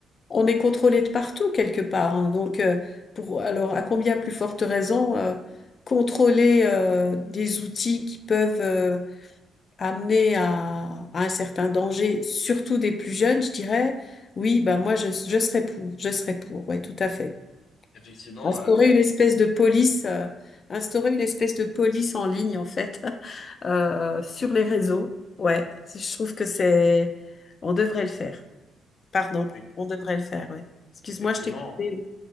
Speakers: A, on the left; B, on the left.
A: on est contrôlé de partout quelque part. hein. Donc, euh, pour, alors, à combien plus forte raison, euh, contrôler euh, des outils qui peuvent, euh, amenés à, à un certain danger, surtout des plus jeunes, je dirais, oui, bah moi je, je serais pour, je serais pour, ouais, tout à fait.
B: Effectivement,
A: Instaurer
B: euh,
A: une espèce de police, euh, instaurer une espèce de police en ligne en fait, <laughs> euh, sur les réseaux, ouais, je trouve que c'est, on devrait le faire. Pardon,
B: effec-
A: on devrait le faire, ouais. Excuse-moi,
B: effectivement.
A: je t'ai coupé.